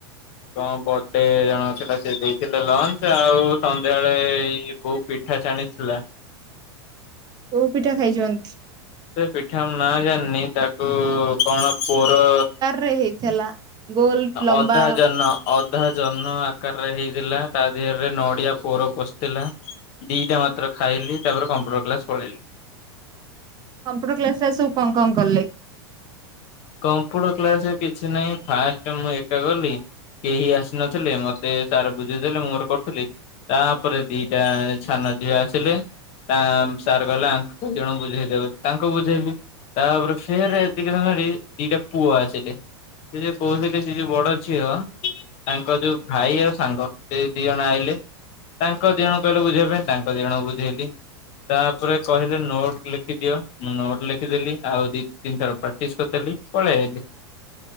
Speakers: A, on the left (about 50°); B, on the right (about 30°).
A: କଣ ବର୍ଥଡେ ଜଣ ଥିଲା ସେ ଦେଇଥିଲେ ଲଞ୍ଚ ଆଉ ସନ୍ଧ୍ୟାବେଳେ ଏଇ ବୋଉ ପି ଠା ଛାଣି ଥିଲା
B: କୋଉ ପିଠା ଖାଇଛନ୍ତିଛନ୍ତି?
A: ସେ ପିଠା ମୁଁ ନା ଜାଣିନି ତାକୁ କଣ ପୋଡ଼
B: ରେ ହେଇଥିଲା। ଗୋଲ ଲମ୍ବା
A: ଅଧା ଜନ୍ହ ଅଧା ଜହ୍ନ ଆକାରରେ ହେଇଥିଲା ତା ଦେହରେ ନଡିଆ ପୋର ପଶଥିଲା ଦିଇଟା ମାତ୍ର ଖାଇଲି ତାପରେ କମ୍ପ୍ୟୁଟର କ୍ଲାସ ପଳେଇଲି।
B: କମ୍ପ୍ୟୁଟର କ୍ଲାସରେ ଆଜି ସବୁ କଣ କଣ କଲେ?
A: କମ୍ପୁଟର କ୍ଲାସରେ କିଛି ନାହିଁ ଫାଷ୍ଟ ମୁଁ ଏକା ଗଲି କେହି ଆସିନଥିଲେ। ମତେ ସାର ବୁଝେଇଦେଲେ ମୁଁ ମୋର କରୁଥିଲି। ତାପରେ ଦିଟା ଛାନ ଝିଅ ଆସିଲେ ତା ସାର୍ କହିଲେ ଆଙ୍କ ଦିଜଣ ବୁଝେଇଦେ ତାଙ୍କୁ ବୁଝେଇଲି। ତାପରେ ଫେର ଏଦ ଦିଇଟା ପୁଅ ଆସିଲେ। ସେ ଯ କହୁଥିଲେି ସେ ଯୋଉ ବଡ ଝିଅ ତାଙ୍କ ଯୋଉ ଭାଇ ଆଉ ସାଙ୍ଗ ସେ ଦି ଜଣ ଆଇିଲେ। ତାଙ୍କ ଦିଅଣଙ୍କୁ କହିଲେ ବୁଝେଇବା ପାଇଁ ତାଙ୍କ ଦିଅଣଙ୍କୁ ବୁଝେଇଲି। ତାପରେ କହିଲେ ନୋଟ ଲେଖିଦିଅ ମୁଁ ନୋଟ ଲେଖିଦେଲି ଆଉ ଦି ତିନିଥର ପ୍ରାକ୍ଟିସ୍ କରି କରି ଦେଲି ପଳେଇ ଆଇଲି।